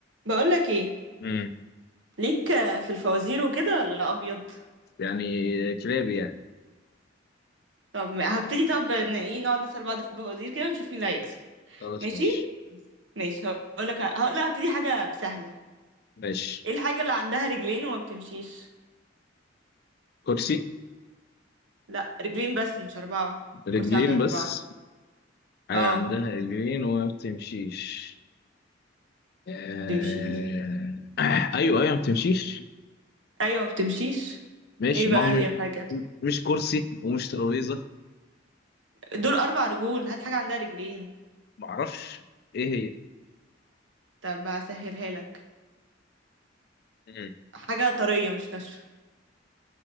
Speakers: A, on the right; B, on the left.
A: بقولك ايه
B: امم
A: ليك في الفوازير وكده ولا ابيض
B: يعني كلاب يعني
A: طب هبتدي طب ان ايه نقعد نسأل بعض في الفوازير كده ونشوف مين اللي هيكسب
B: خلاص
A: ماشي
B: ماشي
A: ماشي هقولك هقول لا هبتدي حاجة سهلة
B: ماشي
A: ايه الحاجة اللي عندها رجلين وما بتمشيش
B: كرسي
A: لا رجلين بس مش أربعة
B: رجلين
A: الكرسي عنده أربعة
B: بس حاجة
A: اه
B: عندها رجلين وما بتمشيش آه...
A: بتمشي
B: <clears throat> ايوه ايوه ما بتمشيش
A: ايوه ما بتمشيش
B: ماشي
A: ايه بقى
B: ما هو
A: هي الحاجة
B: م- مش كرسي ومش ترابيزة
A: دول أربع رجول هات حاجة عندها رجلين
B: معرفش ايه هي
A: طب هسهلها لك
B: مم.
A: حاجة طرية مش ناشفة